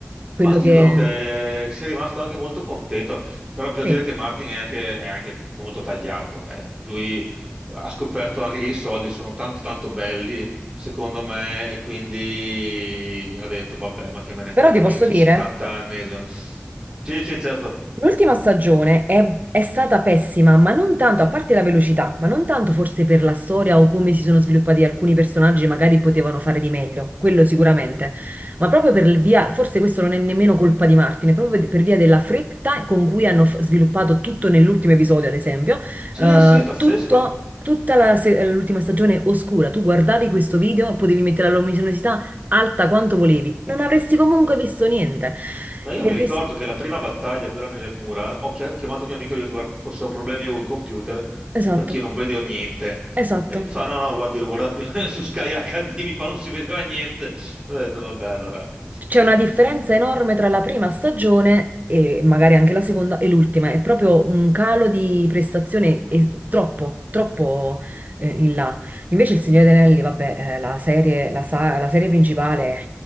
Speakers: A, on the right (about 40°); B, on the right (about 20°).
A: quello
B: Ma dicono
A: che...
B: che sia rimasto anche molto contento, però bisogna
A: Sì,
B: dire che Martin è anche, è anche molto tagliato. eh. Lui ha scoperto anche che i soldi sono tanto tanto belli, secondo me, e quindi ha detto, vabbè, ma che me ne
A: però
B: frega,
A: ti
B: ma
A: posso
B: io ho
A: dire...
B: 70 anni. so- Sì, sì, certo.
A: L'ultima stagione è, è stata pessima, ma non tanto, a parte la velocità, ma non tanto forse per la storia o come si sono sviluppati alcuni personaggi, magari potevano fare di meglio, quello sicuramente, ma proprio per il via, forse questo non è nemmeno colpa di Martin, è proprio per per via della fretta con cui hanno f- sviluppato tutto nell'ultimo episodio, ad esempio,
B: Sì,
A: eh,
B: sì, pazzesco.
A: tutto- Tutta la se- l'ultima stagione oscura, tu guardavi questo video, potevi mettere la luminosità alta quanto volevi, non avresti comunque visto niente.
B: Ma io
A: E
B: mi
A: il
B: ricordo
A: rischio...
B: che la prima battaglia, quella nelle mura, ho chia- chiamato mio amico e gli ho detto, guarda, forse ho problemi io col computer
A: Esatto.
B: perché io non vedevo niente.
A: Esatto,
B: E mi fa, no, no, guarda, io l'ho guardato <laughs> su Sky HD, mi fa, non si vedeva niente. E ho detto, vabbè, allora...
A: c'è una differenza enorme tra la prima stagione e magari anche la seconda e l'ultima, è proprio un calo di prestazione e- troppo, troppo eh, in là. Invece il Signore degli Anelli, vabbè, eh, la serie, la, sa- la serie principale,